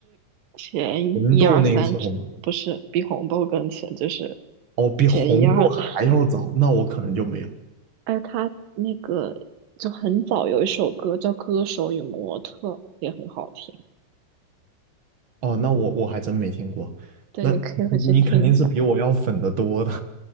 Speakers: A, on the right; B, on the right.
A: 前一二三之不是比红豆更前，
B: 红豆那个时候吗？
A: 就是
B: 哦，比红豆还要早，
A: 前一二。<laughs>
B: 那我可能就没有。
A: 哎，他那个就很早有一首歌叫《歌手与模特》，也很好听。
B: 哦，那我我还真没听过。
A: 对，
B: 那
A: 你可以回去听一下。
B: 你肯定是比我要粉的多的。